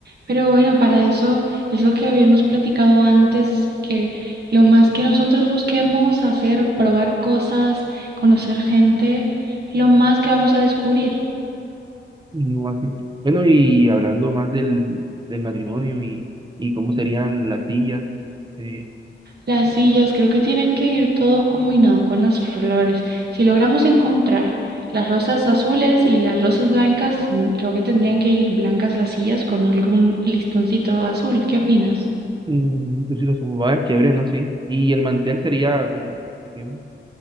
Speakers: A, on the right (about 55°); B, on the right (about 25°).
A: Pero bueno, para eso es lo que habíamos platicado antes, que lo más que nosotros busquemos hacer, probar cosas, conocer gente, lo más que vamos a descubrir.
B: No así. Bueno, y hablando más del, del matrimonio y, y cómo serían las sillas, eh,
A: Las sillas creo que tienen que ir todo combinado con las flores. Si logramos encontrar las rosas azules y las rosas blancas, mm, creo que tendrían que ir blancas las sillas con algún listoncito azul. ¿Qué opinas?
B: mm, pues sí, los sofás, chévere, ¿no? Sí. Y el mantel sería como, ¿de qué?